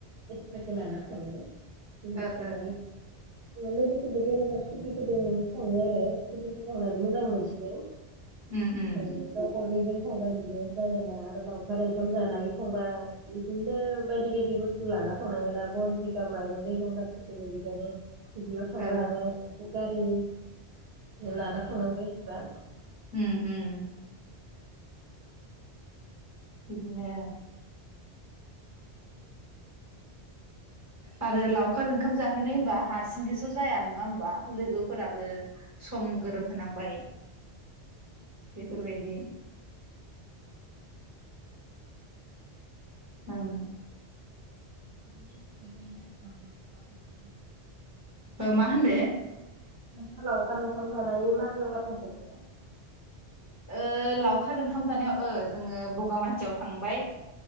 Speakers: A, on the right; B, on the right.
A: एक्सट्राके लाना थाङो। <unintelligible>
B: ओ ओ
A: लोगोफोरदो बेरायबा स्कुटिफोरदो थाङो आरो स्कुटि थांनानै मोजां मोनसिनो
B: ओम ओम
A: ओ <unintelligible> थांबा बिदिजों जायोना आरो लावउखार ओंखाम जानाय थांबा इदिनो बायदि बायदि बुसथु लाना थांनांगोना बन जिगाब माइरं-दैरं गासिखौबो बेजोंनो बिदियाव थांबा
B: ओ
A: आरो गारि लाना थांनांगो <unintelligible>
B: ओम ओम बिदिनो आरो लावखार ओंखाम जाहैनाय होनबा हारसिं जोस' जाया नोङा होम बा लोगोफोराबो सम गोरोब होनांबाय बेफोरबायदि ओं
A: <unintelligible>
B: मा होनदो?
A: <unintelligible> लावखार ओंखाम जानायनि माबेयावबा थांफेरबायना?
B: ओ लावखार ओंखाम जानायाव ओ जोङो बगामातियाव थांबाय